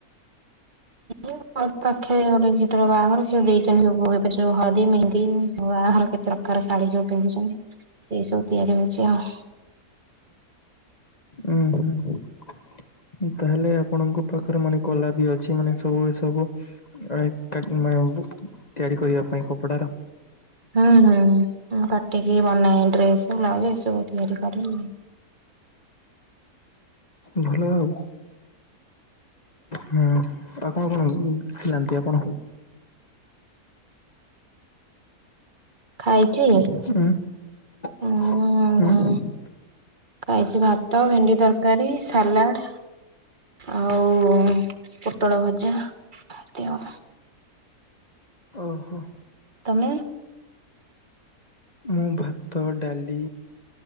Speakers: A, on the right; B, on the left.
A: ଉ ଉମ୍ ପାଖରେ ଗୋଟେ ଝିଅଟାର ବାହାଘର ସିଏ ଦେଇଛନ୍ତି ସବୁ ଏ ସବୁ ହଳଦୀ ମେହନ୍ଦି ଆଉ ବାହାଘର କେତେ ପ୍ରକାର ଶାଢୀ ଯୋଉ ପିନ୍ଧୁଛନ୍ତି ସେଇ ସବୁ ତିଆରି ହଉଛି ଆଉ।
B: ଉୁଁ ହୁଁ। ତାହେଲେ ଆପଣଙ୍କ ପାଖରେ ମାନେ କଳା ବି ଅଛି ମାନେ ସବୁବେଳେ ସବୁ ତିଆରି କରିବା ପାଇଁ କପଡା ର
A: ହୁଁ ହୁଁ କାଟିକି ବନାଏ ଡ୍ରେସ ବ୍ଲାଉଜ ଏସବୁ ତିଆରି କରେ।
B: ଭଲ ଆଉ। ହୁଁ ଆଉ କଣ କଣ ଥିଲାନ୍ତି ଆପଣ?
A: ଖାଇଛି।
B: ହୁଁ ହୁଁ।
A: ଉଁ ଖାଇଛି ଭାତ ଭେଣ୍ଡି ତରକାରୀ ସାଲାଡ ଆଉ ଉଁ ପୋଟଳ ଭଜା ଏମିତି ଆଉ।
B: ଓହୋ।
A: ତମେ?
B: ମୁଁ ଭାତ ଡାଲି